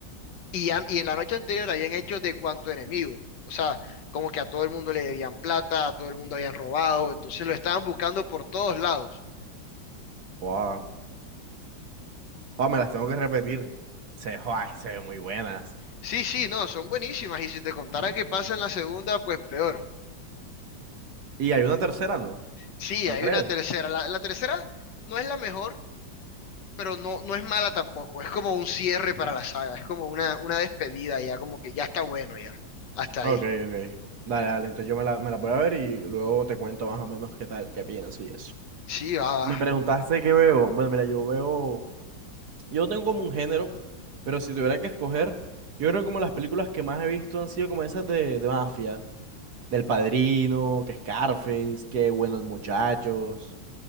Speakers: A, on the left (about 70°); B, on the right (about 60°).
A: y, han- y en la noche anterior habían hecho de cuanto enemigo, o sea, como que a todo el mundo le debían plata, a todo el mundo habían robado, entonces lo estaban buscando por todos lados.
B: Wow. Wow, me las tengo que repetir. Se, joa, se ven muy buenas.
A: Sí, sí, no, son buenísimas y si te contara qué pasa en la segunda, pues peor.
B: Y hay una tercera, ¿no?
A: Sí,
B: Son
A: hay
B: tres.
A: una tercera, la la tercera no es la mejor pero no, no es mala tampoco. Es como un cierre para la saga. Es como una, una despedida ya, como que ya está bueno ya. Hasta
B: Ok,
A: ahí.
B: ok. Dale, dale, entonces yo me la, me la voy a ver y luego te cuento más o menos qué tal, qué pienso y eso.
A: Sí, va,
B: Me
A: va.
B: preguntaste qué veo. Bueno, mira, yo veo, yo no tengo como un género, pero si tuviera que escoger, yo creo que como las películas que más he visto han sido como esas de, de mafia del Padrino, que Scarface, que Buenos Muchachos.